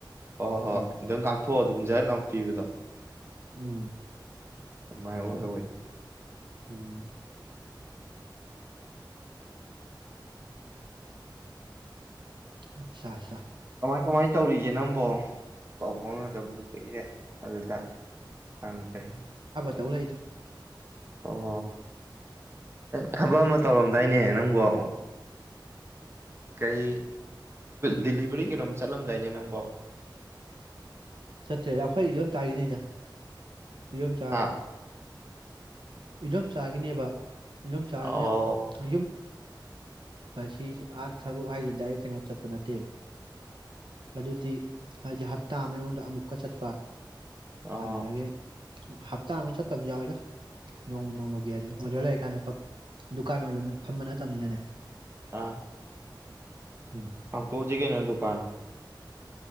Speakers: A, on the right (about 30°); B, on the right (about 75°).
A: ꯍꯣꯏ ꯍꯣꯏ
B: ꯎꯝ
A: ꯑꯗꯨꯝ ꯉꯥꯛꯊꯣꯛꯑꯣ ꯑꯗꯨꯝ ꯖꯟ ꯑꯃ ꯄꯤꯕꯗꯣ
B: ꯎꯝ
A: ꯀꯃꯥꯏ ꯍꯣꯏ
B: ꯎꯝ ꯑꯠꯆꯥ ꯑꯁꯆꯥ
A: ꯀꯃꯥꯏꯅ ꯇꯧꯔꯤꯒꯦ ꯅꯪꯕꯣ ꯄꯥꯎ ꯐꯥꯎꯅꯗꯕꯗꯨ ꯀꯏꯔꯦ ꯑꯗꯨꯗ ꯍ ꯐꯔꯤ
B: ꯇꯧꯂ ꯏꯗ
A: ꯑꯣ ꯊꯕꯛ ꯑꯃ ꯇꯧꯔꯝꯗꯥꯏꯅꯦ ꯅꯪꯕꯣ ꯀꯔꯤ ꯗꯦꯂꯤꯚꯔꯤ ꯀꯩꯅꯣꯝ ꯆꯠꯂꯝꯗꯥꯏꯅꯦ ꯅꯪꯕꯣ
B: ꯆꯠꯇ꯭ꯔꯦꯗ ꯑꯩꯈꯣꯏ ꯑꯗꯨꯝ ꯆꯥꯈꯤꯅꯤꯅ ꯌꯨꯝ ꯆꯥ
A: ꯍꯥ
B: ꯏꯗꯣꯝ ꯆꯥꯒꯤꯅꯦꯕ ꯑꯗꯨꯨꯝ ꯆꯥꯅ
A: ꯑꯣ
B: ꯌꯨꯝ ꯁꯤꯁ ꯑꯥ ꯊꯕꯛ ꯍꯥꯏꯁꯤꯦ ꯗꯥꯏꯔꯦꯛ ꯀꯩꯅꯣ ꯆꯠꯄ ꯅꯠꯇꯦꯕ ꯑꯗꯨꯗꯤ ꯍꯥꯏꯗꯤ ꯍꯞꯇꯥ ꯑꯃꯒꯤ ꯃꯅꯨꯡꯗ ꯑꯃꯨꯛꯀ ꯆꯠꯄ
A: ꯑꯣ
B: ꯑꯂꯒꯦ ꯍꯞꯇꯥ ꯑꯃ ꯆꯠꯇꯕꯁꯨ ꯌꯥꯎꯋꯏꯗ ꯅꯣꯡꯃ ꯅꯣꯡꯃꯒꯤ ꯍꯥꯏꯗꯅ ꯑꯣꯔꯗꯔ ꯂꯩꯔꯀꯥꯟꯗ ꯗꯨꯀꯥꯟ ꯑꯣꯏꯕꯅ ꯐꯝꯕ ꯅꯠꯇꯕꯅꯤꯅꯅꯦ
A: ꯑꯥ
B: ꯎꯝ
A: ꯑ ꯇꯨꯡꯖꯤꯒꯦ ꯅꯅ ꯗꯨꯀꯥꯟ